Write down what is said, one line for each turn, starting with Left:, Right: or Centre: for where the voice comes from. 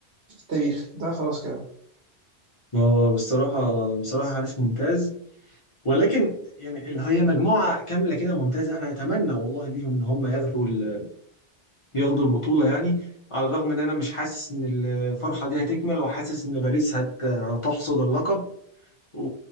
Right: في التاريخ ده خلاص كده
Left: ما هو بصراحة بصراحة حارس ممتاز ولكن يعني ال- هي مجموعة كاملة كده ممتازة أنا أتمنى والله ليهم إن هم ياخدوا ال- ياخدوا البطولة يعني على الرغم إن أنا مش حاسس إن الفرحة دي هتكمل وحاسس إن باريس هت- هتحصد اللقب و...